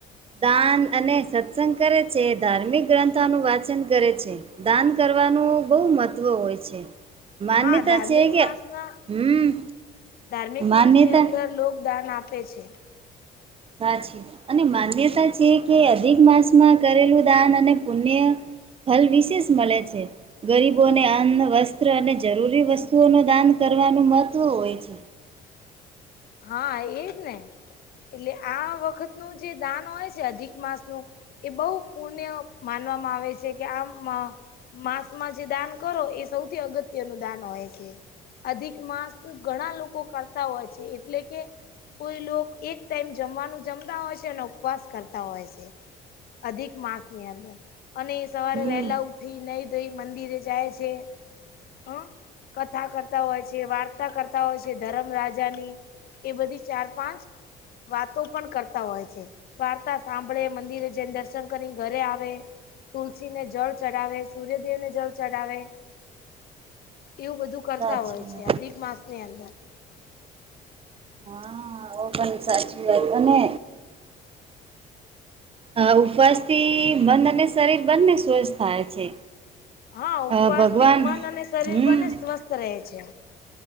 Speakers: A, on the right (about 35°); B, on the left (about 65°).
A: દાન અને સત્સંગ કરે છે ધાર્મિક ગ્રંથોનું વાંચન કરે છે દાન કરવાનું બહુ મહત્વ હોય છે. માન્યતા
B: હા ધાર્મિક
A: છે કે
B: માસના
A: હમ
B: ધાર્મિક
A: માન્યતા
B: માસ ની અંદર લોક દાન આપે છે.
A: સાછી અને માન્યતા છે કે અધિક માસમાં કરેલું દાન અને પુણ્ય ફલ વિશેષ મળે છે. ગરીબોને અન્ન વસ્ત્ર અને જરૂરી વસ્તુઓ ન દાન કરવાનું મહત્વ હોય છે.
B: હા એજ ને એટલે આ વખત નું જે દાન હોય છે અધિક માસ નું એ બહુ પુણ્ય માનવામાં આવે છે કે આમ માસમાં જે દાન કરો એ સૌથી અગત્ય નું દાન હોય છે. અધિક માસ ઘણા લોકો કરતા હોય છે. એટલે કે કોઈ એક ટાઈમ જમવાનું જમતા હોય છે અને ઉપવાસ કરતા હોય છે. અધિક માસ ની અંદર અને સવારે
A: હમ
B: વહેલા ઉઠી નહી ધઈ મંદિરે જાય છે, હ કથા કરતા હોય છે વાર્તા કરતા હોય છે ધરમ રાજાની એ બધી ચાર પાંચ વાતો પણ કરતા હોય છે. વાર્તા સાંભળે મંદિરે જઈને દર્શન કરી ઘરે આવે તુલસીને જળ ચડાવે સૂર્યદેવ ને જળ ચડાવે એવું બધું કરતા
A: સાચી
B: હોય છે અધિક માસ ની અંદર
A: હા પણ સાચી વા તને અ ઉપવાસ થી મન અને શરીર બંને સ્વસ્થ થાય છે.
B: હા ઉપવાસ
A: અ ભગવાન
B: થી મન અને શરીર
A: હમ
B: બને સ્વસ્થ રહે છે.